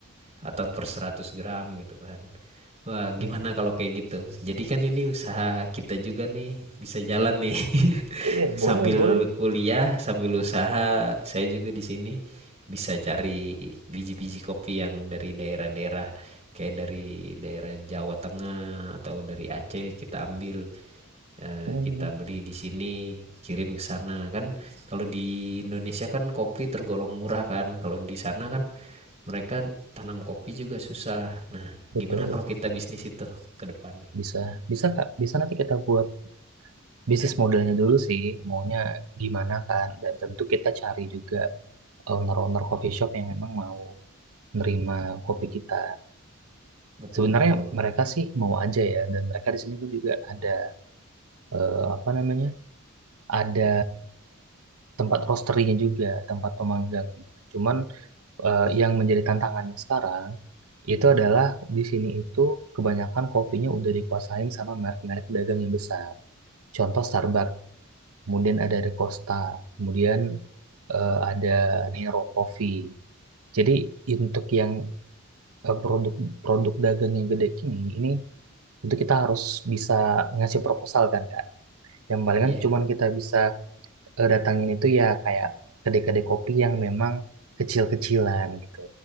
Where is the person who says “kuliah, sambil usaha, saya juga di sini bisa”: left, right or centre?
Right